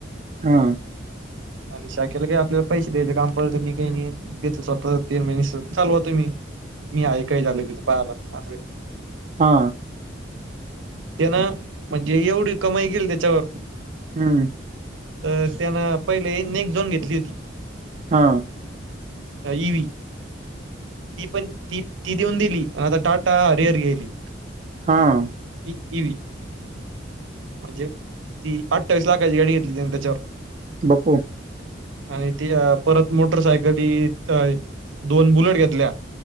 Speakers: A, on the right; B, on the right.
A: हा
B: आणि शाखेला काही आपल्याला पैसे द्यायचे काम पडत मी काही नाहीच स्वतः तीन महिने चालवतु म्ही मी हाय काय झाल बीत पाहायला अस
A: हा
B: त्या ना म्हण एवढी कमाई केली त्याच्यावर
A: हम्म
B: तर त्यानं पहिले नेक झोन घेतली होती
A: हा
B: का ही बी ती पण ती तीघेउन दिली. आता टाटा हरिहर घ्यायली.
A: हा-
B: कम <unintelligible> म्हनजे? ती अठ्ठावीस लाखाची गाडी घेतली त्यांनी त्याच्यावर.
A: बा्पू
B: आणि त परत मोटरसायकली <unintelligible> दोन बुलेट घेतल्या.